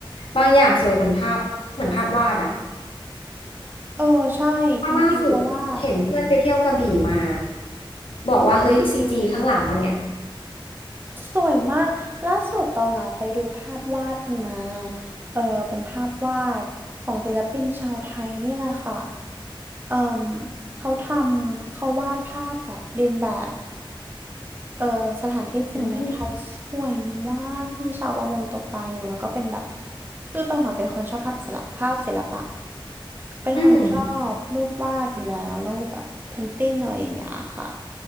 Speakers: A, on the left; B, on the right.
A: บางอย่างสวยเหมือนภาพเหมือนภาพวาดอ่ะ
B: เออใช่จริงๆเพราะว่า
A: ล่าสุดเห็นเพื่อนไปเที่ยวกระบี่มาบอกว่าเฮ้ยซีจีข้างหลังปะเนี่ย
B: สวยมากล่าสุดตองอ่ะไปดูภาพวาดหนึ่งมาเออเป็นภาพวาดของศิลปินชาวไทยนี่แหละค่ะเออเขาทำเขาวาดภาพแบบเรียนแบบ เออสถานที่จริงของประเทศไทยสวยมาก
A: อืม
B: มีชาวประมงตกปลาอยู่แล้วก็เป็นแบบคือตองอะเป็นคนชอบภาพศิลปภาพศิลปะเป็นคนชอบรูปวาดอยู่แล้วรูปแบบเพนติ้งอะไรอย่างเงี้ยค่ะ
A: อืม